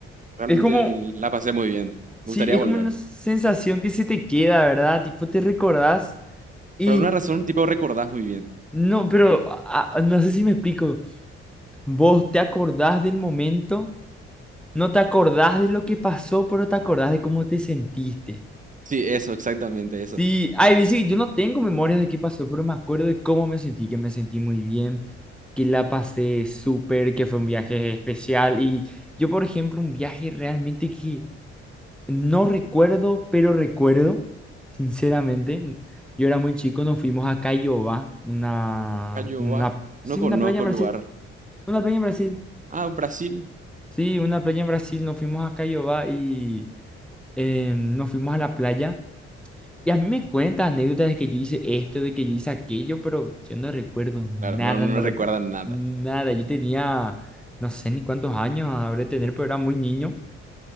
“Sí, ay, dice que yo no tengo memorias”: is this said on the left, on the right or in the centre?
Centre